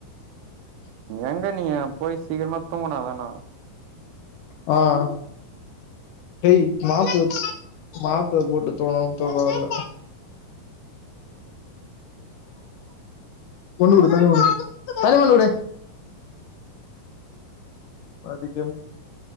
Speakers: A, on the right (about 80°); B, on the left (about 75°).
A: எங்க நீயே போய் சீக்கிரமா தூங்குணாதானா
B: ம் டேய் மாத்திர மாத்திர போட்டு தூங்கனாலு தூக்க வர்ல கொண்டு விடு தண்ணி கொண்டு தண்ணி கொண்டு விடு பதிக்